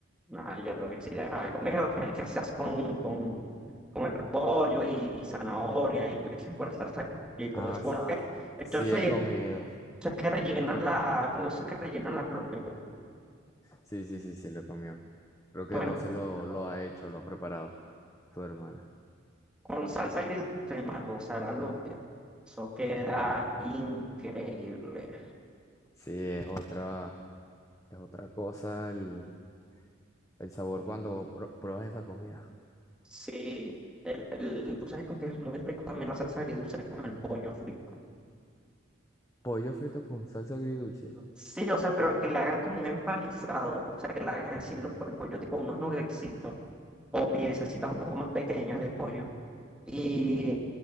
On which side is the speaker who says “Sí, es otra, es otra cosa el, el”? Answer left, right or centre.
Left